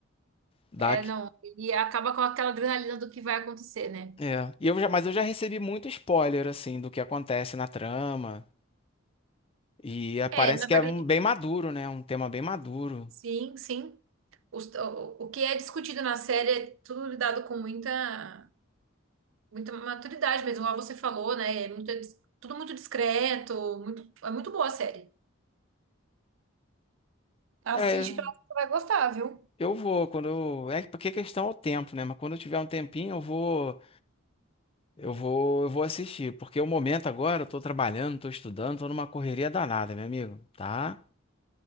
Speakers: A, on the left (about 25°); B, on the right (about 70°).
A: da...
B: É, não. E acaba com aquela adrenalina do que vai acontecer, né?
A: É. E eu já, mas eu já recebi muito spoiler, assim, do que acontece na trama, e é, parece
B: É, na
A: que
B: verdade,
A: é um, bem maduro, né? Um tema bem maduro.
B: sim, sim. Os- O, o que é discutido na série é tudo lidado com muita, muita maturidade mesmo, como você falou, né? É muito, dis- tudo muito discreto, muito, é muito boa a série. Assiste
A: É,
B: que eu acho que você vai gostar, viu?
A: eu vou, quando eu... É porque a questão é o tempo, né? Mas quando eu tiver um tempinho, eu vou... Eu vou, eu vou assistir, porque o momento agora, eu tô trabalhando, tô estudando, tô numa correria danada, meu amigo, tá?